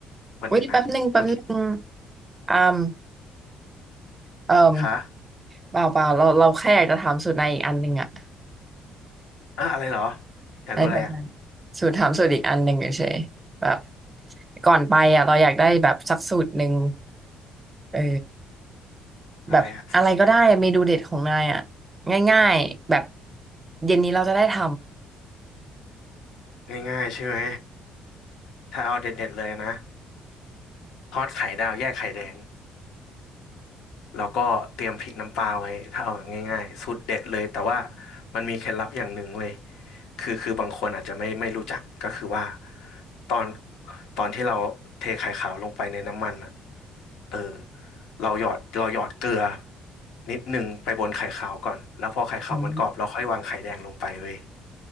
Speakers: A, on the left (about 80°); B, on the right (about 25°).
A: วันอื่นนะโอเค
B: อุ้ยแป๊บหนึงแป๊บหนึงอามเอ่ม
A: ค่ะ
B: เปล่าเปล่าเราเราแค่อยากจะถามสูตรในอีกอันหนึ่งอะ
A: อ่ะอะไรเหรออยากรู้อะไรอ่ะ
B: อะไรแบบนั้นสูตรถามสูตรอีกอันหนึ่งเฉยๆแบบก่อนไปอะเราอยากได้แบบสักสูตรหนึ่งเออ
A: อะไรอ่ะสิ่งเนี้ย
B: แบบอะไรก็ได้เมนูเด็ดของนายอะง่ายๆแบบเย็นนี้เราจะได้ท
A: ง่ายๆใช่ไหมถ้าเอาเด็ดๆเลยนะ ทอดไข่ดาวแยกไข่แดงแล้วก็เตรียมพริกน้ำปลาไว้ถ้าเอาแบบง่ายๆสูตรเด็ดเลยแต่ว่ามันมีเคล็ดลับอย่างหนึ่งเว้ยคือคือบางคนอาจจะไม่ไม่รู้จักก็คือว่าตอนตอนที่เราเทไข่ขาวลงไปในน้ำมันอ่ะเออเราหยอดเราหยอดเกลือนิดหนึ่งไปบนไข่ขาวก่อนแล้วพอไข่ขาวมันกรอบเราค่อยวางไข่แดงลงไปเว้ย
B: ำอ๋อ